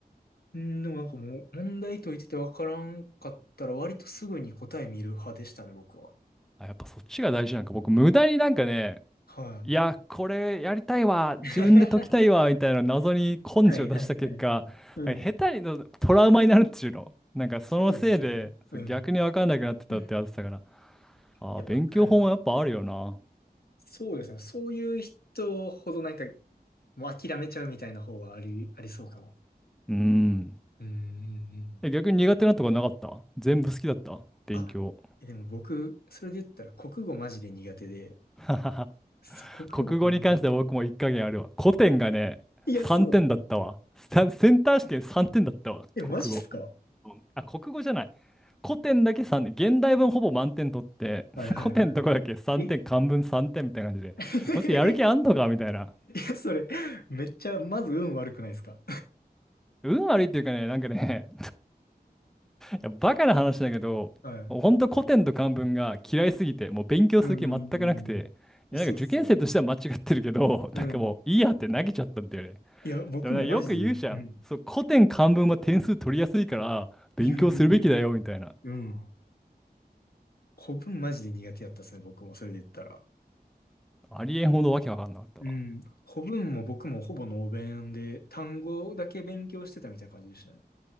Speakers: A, on the left; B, in the centre.
A: うん、でもなんかもう、問題解いてて分からんかったら、割とすぐに答え見る派でしたね、僕は。
B: あ、やっぱそっちが大事なんか。僕、無駄になんかね、
A: は
B: いや、これやりたいわ、自分で解きたいわ、
A: い。<laughs>
B: みたいな謎に根性を出した結果、
A: はいはいはい。うん。
B: なんか下手にのトラウマになるっていうの。なんかそのせいで、
A: そうっすよね。うん。
B: そう逆にわかんなくなってたってやつだから。
A: <laughs> い
B: ああ、
A: や、
B: 勉強法もやっぱあるよな。
A: わかる。そうですね。そういう人ほどなんか、もう諦めちゃうみたいな方はあり、ありそうかも。
B: うん。
A: うんうんうん。
B: え、逆に苦手なとこなかった全部好きだった勉強。
A: あ、えでも僕、それで言ったら国語マジで苦手で、
B: <laughs>
A: そう、国語ほんまに。
B: 国語に関しては僕も一加減あるわ。古典がね、
A: いや、
B: 3点だったわ。
A: そう。
B: さセンター試験3点だったわ、
A: え、マジっすか
B: 国語。うんあ、国語じゃない。古典だけ3点。現代文ほぼ満点取って、
A: はいはいは
B: <laughs> 古典のとこだけ3点、
A: い。え
B: 漢文3点みたいな感じで。
A: <laughs>
B: こいつやる気あんのかみたいな。
A: いや、それ、めっちゃ、まず運悪くないですか
B: 運悪いっていうかね、なんかね、やバカな話だけど、
A: はい。
B: ほんと古典と漢文が嫌いすぎて、もう勉強する気全くなくて、
A: うんうんうんうん。
B: いやなんか受験生としては間違ってるけど、
A: そうっすよ。うん。
B: <laughs> なんかもういいやって投げちゃったんだよね。
A: いや、僕もマジで、
B: でもなんかよく言うじゃん。
A: うん。
B: そう、古典漢文は点数取りやすいから、勉強するべきだよ、
A: 言う言う言う。
B: みたいな。
A: うん。古文マジで苦手やったですね、僕もそれで言ったら。
B: ありえんほどわけわかんなかったわ。
A: うん。古文も僕もほぼノー弁で、単語だけ勉強してたみたいな感じでしたね。